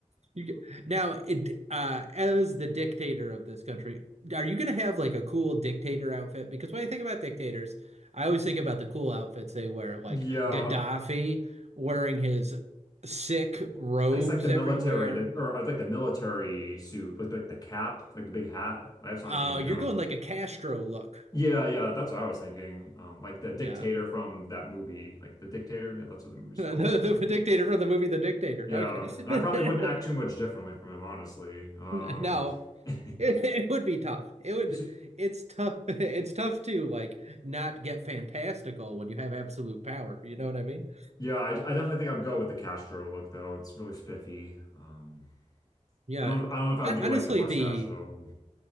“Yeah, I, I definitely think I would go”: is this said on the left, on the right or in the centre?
Left